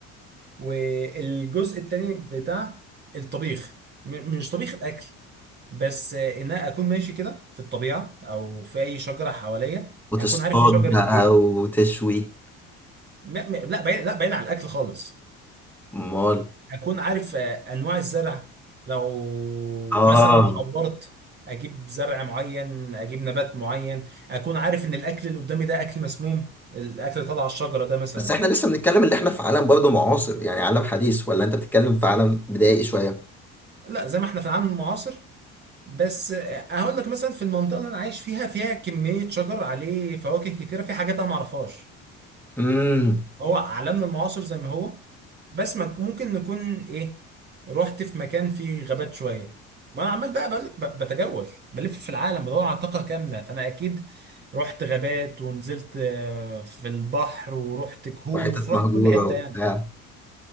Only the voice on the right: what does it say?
والجزء التاني بتاع الطبيخ م... مش طبيخ الاكل بس آه، ان انا اكون ماشي كده في الطبيعة او في اي شجرة حواليا
اكون عارف دي شجرة
ايه
م... م... لا بعيد لا بعيد عن الاكل خالص
اكون عارف آه، انواع الزرع لو
مثلا اتعورت اجيب زرع معين اجيب نبات معين اكون عارف ان الاكل اللي قدامي ده اكل مسموم الاكل اللي طالع على الشجره ده مثلا
لا زي ما احنا في العالم المعاصر بس آه، هقول لك مثلا في المنطقه اللي انا عايش فيها فيها كميه شجر عليه فواكه كتيره في حاجات انا ما اعرفهاش
هو عالمنا المعاصر زي ما هو بس ما ممكن نكون ايه رحت في مكان فيه غابات شويه وانا عمال بقى بقول لك ب- بتجول بلف في العالم بدور على طاقه كامله فانا اكيد رحت غابات ونزلت آه، في البحر ورحت كهوف
رحت
كل حته
يعني